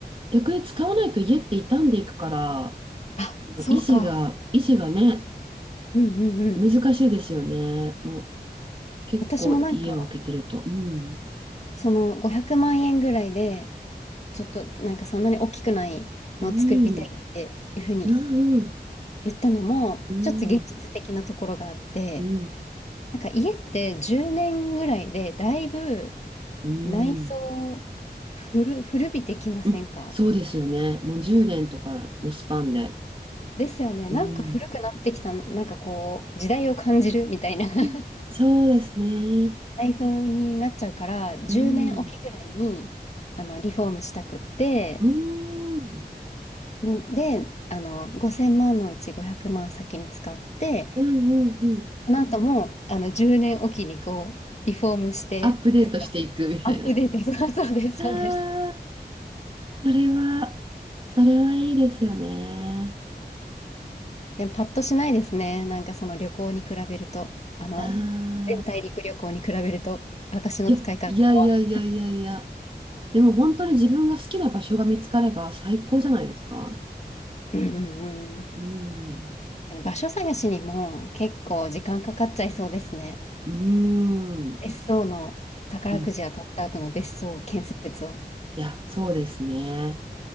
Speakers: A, on the right (about 30°); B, on the left (about 40°).
A: 逆に使わないと家って傷んでいくから、
B: あ、そうか。
A: 維持が、維持がね、
B: うんうんうん。
A: 難しいですよね。もう結構家を空けてると。
B: 私もなんか、
A: うん、
B: その500万円ぐらいで、ちょっとなんかそんなに大きくないのを作りたいっていうふうに
A: うん、うん、
B: 言ったのも、
A: うん、
B: ちょっと現実的なところがあって、
A: うん、
B: なんか家って10年ぐらいでだいぶ
A: うん、
B: 内装古、古びてきませんか
A: うん、そうですよね。もう10年とかのスパンで。
B: ですよね。
A: うん
B: なんか古くなってきたの、なんかこう時代を感じるみたいな <laughs>
A: うんうんそうですね。
B: 内装になっちゃうから、10年おきぐらいにあのリフォームしたくって、
A: うん。うん。うん
B: ねであの5000万のうち500万先に使って、
A: うんうん。
B: あなたも、あの、10年おきにこう、リフォームしてとか、
A: アップデートしていくみたいな。
B: アップデート、<laughs> そうそうです、そうです。
A: ああ、それは、それはいいですよね。
B: でも、パッとしないですね。なんかその旅行に比べると、あの、
A: あ
B: 全大陸旅行に比べると、
A: あ。
B: 私の使い方は。
A: いや、いやいやいやいやいや。でも本当に自分が好きな場所が見つかれば最高じゃないですか。
B: うんうん
A: うん。
B: うん。場所探しにも結構時間かかっちゃいそうですね。
A: うん。
B: 別荘の宝くじ当たった後の別荘建設は。
A: うん。いや、そうですね。